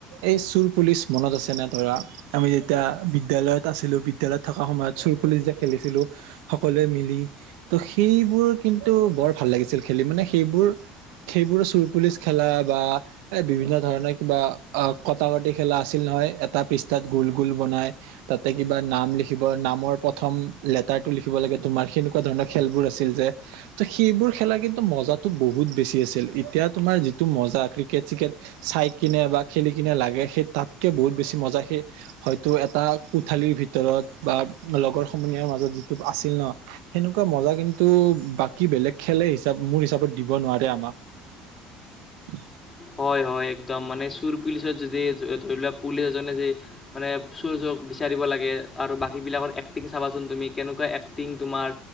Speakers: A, on the right; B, on the left.
A: এই চুৰ পুলিচ মনত আছে নে ধৰা আমি যেতিয়া বিদ্য়ালয়ত আছিলো বিদ্যলয়ত থকা সময়ত চুৰ পুলিচ যে খেলিছিলো সকলোৱে মিলি। তো সেইবোৰ কিন্তু বৰ ভাল লাগিছিল খেলি মানে সেইবোৰ, সেইবোৰ চোৰ পুলিচ খেলা বা এই বিভিন্ন ধৰণৰ কিবা অ কটা কটি খেলা আছিল নহয় এটা পৃষ্ঠাত গোল গোল বনাই তাতে কিবা নাম লিখিব নামৰ প্ৰথম লেটাৰটো লিখিব লাগে তোমাৰ সেনেকুৱা ধৰণৰ খেলবোৰ আছিল যে ত' 'সেইবোৰ খেলা কিন্তু মজাতো বহুত বেছি আছিল। এতিয়া তোমাৰ যিটো মজা ক্ৰিকেট চিকেট চাই কিনে বা খেলি কিনে লাগে সেই তাতকে বহুত বেছি মজা সেই হয়তো এটা কোঠালিৰ ভিতৰত বা লগৰ সমনীয়াৰ মাজত যিটো আছিল ন সেনেকুৱা মজা কিন্তু বাকী বেলেগ খেলে হিচাপ মোৰ হিচাপত দিব নোৱাৰে আমাক।
B: হয় হয় একদম মানে চুৰ পুলিচত যদি ধৰি লোৱা পুলিচ এজনে যদি মানে চুৰ জ বিচাৰিব লাগে আৰু বাকী বিলাকৰ এক্টিং চাবাচোন তুমি, কেনেকুৱা এক্টিং তোমাৰ